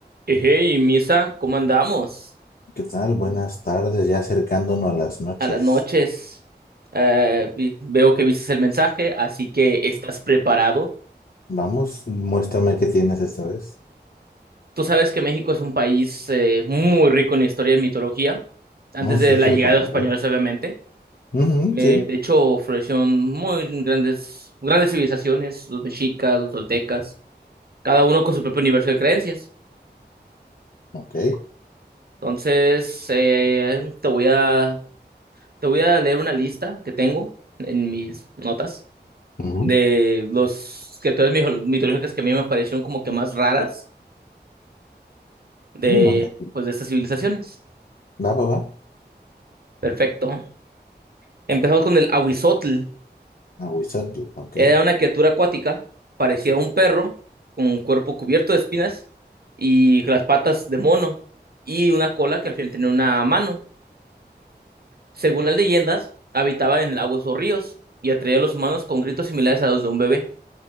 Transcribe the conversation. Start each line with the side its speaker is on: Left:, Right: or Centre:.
Right: Hey, Misa, ¿cómo andamos?
Left: ¿Qué tal? Buenas tardes, ya acercándonos a las noches.
Right: A las noches. Eh, vi- veo que viste el mensaje, así que estás preparado.
Left: Vamos, muéstrame qué tienes esta vez.
Right: Tú sabes que México es un país eh, muy rico en historia y mitología, antes
Left: No,
Right: de
Left: sí, eso
Right: la llegada
Left: es folclore.
Right: de los españoles, obviamente.
Left: Ujú,
Right: Eh,
Left: sí,
Right: de hecho, florecieron muy grandes, grandes civilizaciones, los mexicas, los toltecas, cada uno con su propio universo de creencias.
Left: ok.
Right: Entonces, eh, te voy a, te voy a leer una lista que tengo en mis notas
Left: Ujú,
Right: de los que todas mis mitológicas que a mí me parecieron como que más raras de,
Left: mm, ok.
Right: pues, de estas civilizaciones.
Left: Va, va, va.
Right: Perfecto. Empezamos con el Ahuizotl.
Left: Aguizotl, ok.
Right: Era una criatura acuática, parecía un perro, con un cuerpo cubierto de espinas y con las patas de mono y una cola que al final tenía una mano. Según las leyendas, habitaba en lagos o ríos y atraía a los humanos con gritos similares a los de un bebé.